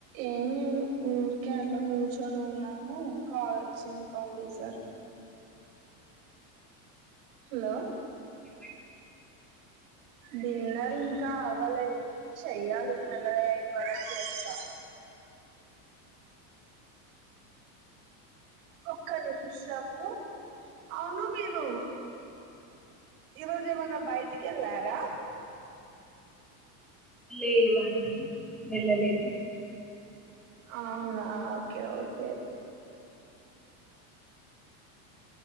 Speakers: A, on the right; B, in the centre.
A: ఏం లేదు ఊరి కేరళ కూర్చొని ఉన్నాము కాల్ వచ్చింది కాల్ చేశారు హలో
B: కిక్
A: డిన్నర్ ఇంకా అవ్వలేదు చెయ్యాలి మెల్లగా ఎయిట్ వరకు చేస్తా ఒక్క నిమిషము అవును మీరు ఈరోజు ఏమన్నా బయటికి వెళ్లారా
B: లేదు అండి వెళ్ళలేదు
A: అవునా ఓకే ఓకే